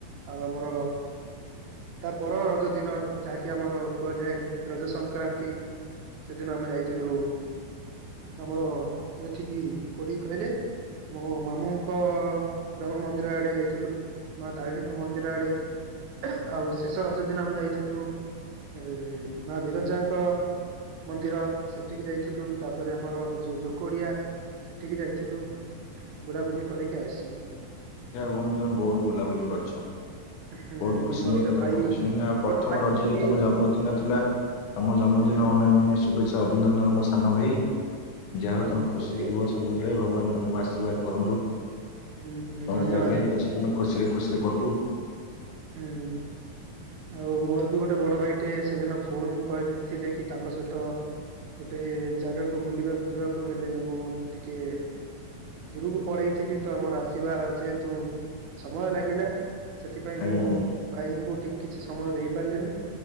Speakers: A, on the right; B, on the left.
A: ଆଉ ଆମର ତା ପର ରଜ ଦିନ ଯାହାକି ଆମର କୁହାଯାଏ ରଜ ସଂକ୍ରାନ୍ତି। ସେଦିନ ଆମେ ଯାଇଥିଲୁ ଆମର ଏଠିକି କୋଉଠିକି କହିଲେ। ମୁଁ ମାମୁଁଙ୍କ ଗ୍ରାମ ମନ୍ଦିର ଆଡେ ଯାଇଥିଲୁ। ମା ତାରିଣୀଙ୍କ ମନ୍ଦିର ଆଡେ ଆଉ ଶେଷ ରଜ ଦିନ ଆମେ ଯାଇଥିଲୁ ଏ ମା ବିରଜାଙ୍କ ମନ୍ଦିର ।ସେଠିକି ଯାଇଥିଲୁ, ତାପରେ ଆମର ଯୋଉ ଜୋକଡିଆ ସେଠିକି ଯାଇଥିଲୁ ବୁଲାବୁଲି କରିକି ଆସିିଲୁ
B: ଯାହା ହଉ ବନ୍ଧୁ ତମେ ବହୁତ ବୁଲାବୁଲି କରିଚ।
A: ହୁଁ
B: ବହୁତ ଖୁସି
A: ମୋର ଗୋଟେ
B: ଲାଗିଲା
A: ଭାଇ
B: ତମ କଥା ଶୁଣିକି। ଆଉ ପ୍ରଥମ
A: ମୋର ଗୋଟେ ଭାଇ
B: ରଜରେ ତମ ଜନ୍ମଦିନ ଥିଲା। ତମ ଜନ୍ମଦିନ
A: ହୁଁ ହୁଁ
B: ଅନେକ ଅନେକ ଶୁଭେଚ୍ଛା ଅଭିନନ୍ଦନ ମୋ ସାନ ଭାଇ। ଯାହା
A: ଧନ୍ୟବାଦ
B: ହଉ ତମେ ଖୁସିରେ
A: ଭାଇ
B: ରୁହ ସବୁବେଳେ ଭଗବାନ ତମକୁ ଆଶୀର୍ବାଦ କରନ୍ତୁ। ତମ
A: ହୁଁ ହୁଁ ଧନ୍ୟବାଦ
B: ବୈବାହିକ
A: ଭାଇ
B: ଜୀବନ ଖୁସିରେ ଖୁସିରେ କଟୁ।
A: ହୁଁ। ଆଉ ମୋର ବି ଗୋଟେ ବଡ ଭାଇଟେ ସେଦିନ ଫୋନ କରିଥିଲେ କି ତାଙ୍କ ସହିତ ଗୋଟେ ଜାଗାକୁ ବୁଲିବାକୁ ଯିବାକୁ ହେଲେ ମୁଁ ଟିକେ ଦୂରକୁ ପଳେଇଥିଲି ତ ଆମର ଆସିବା ଯେହେତୁ ସମୟ ଲାଗିଲା। ସେ ସେଥି ପାଇଁ
B: ଆଜ୍ଞା
A: ମୁଁ
B: ବନ୍ଧୁ।
A: ଭାଇଙ୍କୁ ଠିକ କିଛି ସମୟ ଦେଇ ପାରିଲିନି।